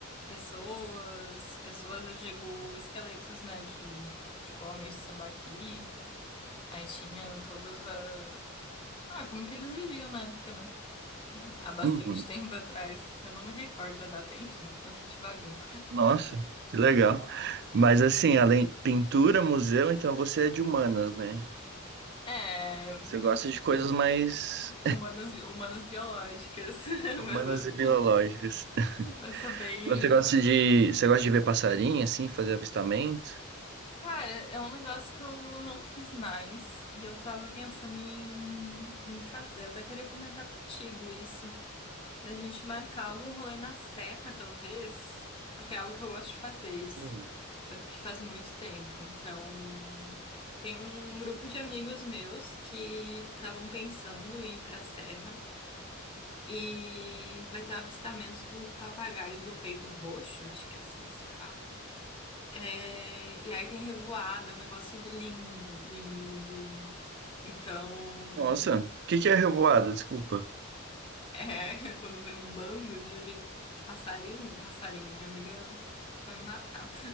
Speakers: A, on the left; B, on the right.
A: pessoas, pessoas, eu digo, esqueletos, né, de, tipo, homens de sambaqui. Aí tinha todas a... Ah, como que eles viviam na época, né? Há bastante
B: Uhum.
A: <laughs> tempo atrás. Eu não me recordo da data, enfim, tô aqui divagando.
B: Nossa, que legal. Mas assim, além pintura, museu, então você é de humanas, né?
A: É,
B: Você gosta de coisas mais
A: Humanas, humanas biológicas. <laughs>
B: humanas
A: Mas,
B: e biológicas.
A: mas sou bem.
B: <laughs> Você gosta de, você gosta de ver passarinho, assim, fazer avistamento?
A: Cara, é um negócio que eu não fiz mais e eu tava pensando em, em fazer. Eu até queria comentar contigo isso. Da gente marcar algum rolê na serra, talvez. Porque é algo que eu gosto de fazer isso.
B: Hum.
A: Só que faz muito tempo. Então, tem um grupo de amigos meus que estavam pensando em ir pra serra. E vai ter o avistamento do papagaio do peito roxo, acho que é assim que se fala. É, e aí tem revoada, é um negócio lindo, lindo, lindo, lindo. Então.
B: Nossa, o que que é revoada? Desculpa.
A: É, <laughs> quando vem um bando de, de passarinho, passarinho, minha amiga vai me matar.